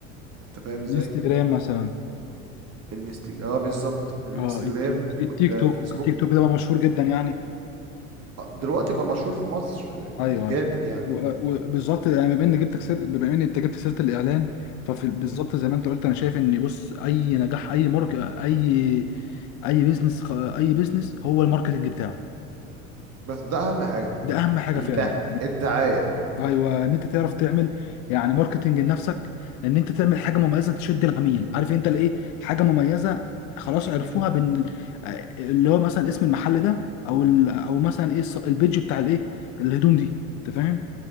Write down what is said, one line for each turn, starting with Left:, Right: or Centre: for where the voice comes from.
Right: انت فاهم ازاي
Left: الانستجرام مثلا
Right: الانست... اه بالظبط الانستجرام
Left: اه الت- الت-
Right: والفيسبوك
Left: التيك توك التيك توك ده بقى مشهور جدا يعني
Right: آه، دلوقتي بقى مشهور في مصر
Left: ايوه
Right: يعني جامد
Left: ايوه
Right: يعني
Left: و- وبالظبط يعني بما ان جبتك سير... بما ان انت جبت سيره الاعلان فبالظبط
Right: مم.
Left: زي ما انت قلت انا شايف ان بص اي نجاح اي مارك اي اي بيزنس اي بيزنس هو الماركتنج بتاعه
Right: بس ده اهم حاجة
Left: ده اهم حاجه
Right: الد...
Left: فعلا
Right: الدعاية
Left: ايوه ان انت تعرف تعمل يعني ماركتنج لنفسك ان انت تعمل حاجه
Right: مم.
Left: مميزه تشد العميل عارف انت الايه حاجه مميزه خلاص عرفوها
Right: مم.
Left: بين آه، اللي هو مثلا اسم المحل ده او ال... او مثلا ايه الص- البيج بتاع الايه الهدوم دي انت فاهم